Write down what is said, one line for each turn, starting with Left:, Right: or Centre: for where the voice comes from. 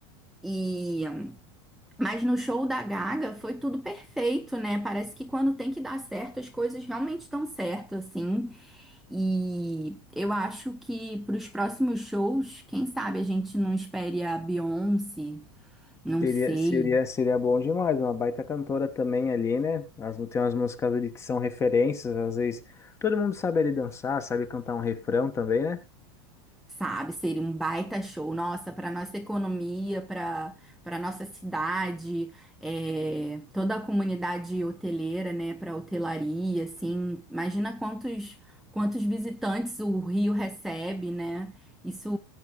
Centre: E Mas no show da Gaga foi tudo perfeito, né? Parece que quando tem que dar certo, as coisas realmente estão certo, assim. E eu acho que para os próximos shows, quem sabe a gente não espere a Beyoncé, não
Left: Seria,
Centre: sei.
Left: seria, seria bom demais, uma baita cantora também ali, né? As, tem umas músicas ali que são referências, às vezes todo mundo sabe ali dançar, sabe cantar um refrão também, né?
Centre: Sabe, seria um baita show, nossa, para nossa economia, para para nossa cidade, é, toda a comunidade hoteleira, né, para hotelaria, assim, imagina quantos quantos visitantes o Rio recebe, né? Isso